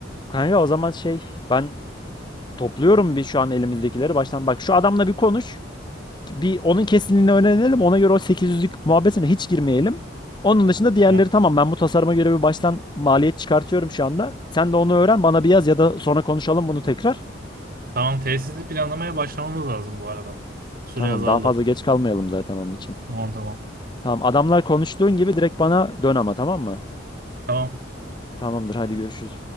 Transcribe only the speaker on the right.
Tamam.
Tamam tesisli planlamaya başlamamız lazım bu arada. Süre
azaldı.
Tamam tamam.
Tamam.